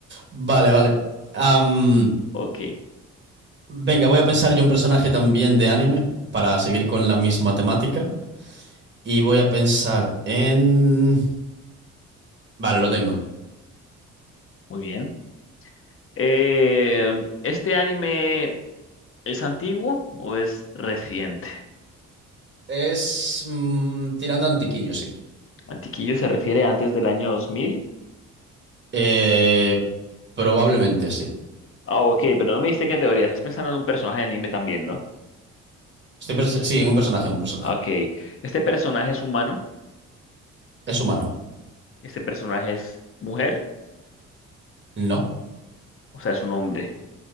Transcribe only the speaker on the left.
Ok,
muy bien. Eh, ¿este anime es antiguo o es reciente?
Antiquillo se refiere a antes del año 2000.
Ah, ok, pero no me diste categoría. Estás pensando en un personaje de anime también, ¿no?
Ah, Ok. ¿Este personaje es humano?
¿Este personaje es mujer?
O sea, es un hombre.